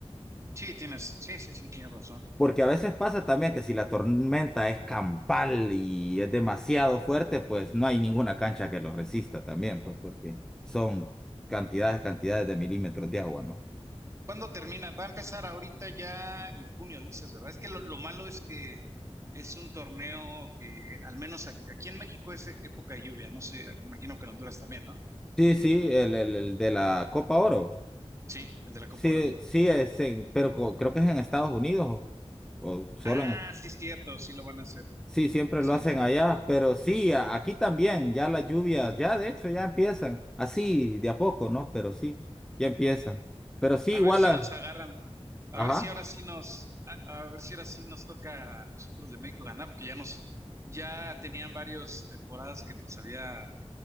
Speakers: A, on the right (about 30°); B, in the centre.
A: Sí, tienes, sí, sí, sí, tienes razón.
B: Porque a veces pasa también que si la tormenta es campal y es demasiado fuerte, pues no hay ninguna cancha que lo resista también, pues porque son cantidades, cantidades de milímetros de agua, ¿no?
A: ¿Cuándo termina? Va a empezar ahorita ya en junio, dices, ¿verdad? Es que lo, lo malo es que es un torneo que, al menos aquí, aquí en México, es e- época de lluvia. No sé, imagino que en Honduras también, ¿no?
B: Sí, sí, el, el, el de la Copa Oro.
A: Sí, el de la Copa
B: Sí,
A: Oro.
B: sí, es en- pero co- creo que es en Estados Unidos o, o solo
A: Ah,
B: en...
A: sí, es cierto, sí lo van a hacer.
B: Sí, siempre
A: Sí.
B: lo hacen allá, pero sí, a- aquí también, ya las lluvias, ya de hecho ya empiezan, así de a poco, ¿no? Pero sí, ya empiezan. Pero sí,
A: A
B: igual
A: ver si
B: a...
A: nos agarran. A
B: Ajá.
A: ver si ahora sí nos, a, a ver si ahora sí nos toca a nosotros de México ganar, porque ya nos, ya tenían varias temporadas que nos había